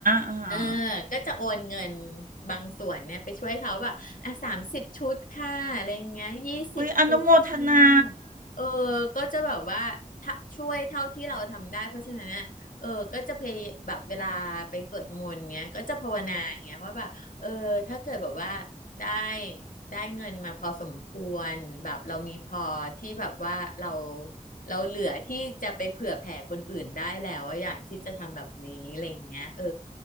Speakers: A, on the right (about 80°); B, on the left (about 75°).
A: อ่าฮะ
B: เออก็จะโอนเงินบางส่วนเนี่ยไปช่วยเขาแบบอ่ะสามสิบชุดค่ะอะไรอย่างเงี้ยยี่สิบชุดค่ะ
A: อุ้ยอนุโมทนา
B: เออก็จะแบบว่าถ้าช่วยเท่าที่เราทำได้เพราะฉะนั้นน่ะเออก็จะพยแบบเวลาไปสวดมนต์เนี้ยก็จะภาวนาอย่างเงี้ยว่าแบบเออถ้าเกิดแบบว่าได้ได้เงินมาพอสมควรแบบเรามีพอที่แบบว่าเราเราเหลือที่จะไปเผื่อแผ่คนอื่นได้แล้วว่าอะอยากที่จะทำแบบนี้อะไรอย่างเงี้ยเออ